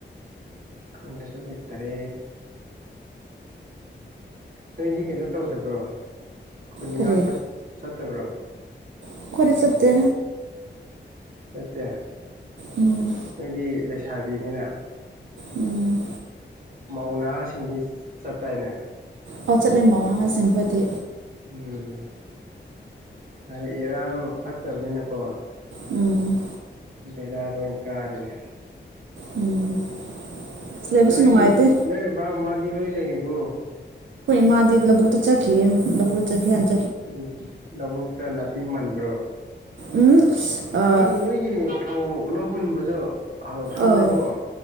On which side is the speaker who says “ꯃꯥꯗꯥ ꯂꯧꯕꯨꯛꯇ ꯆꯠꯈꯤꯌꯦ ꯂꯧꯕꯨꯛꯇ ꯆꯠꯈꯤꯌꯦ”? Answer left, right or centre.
Right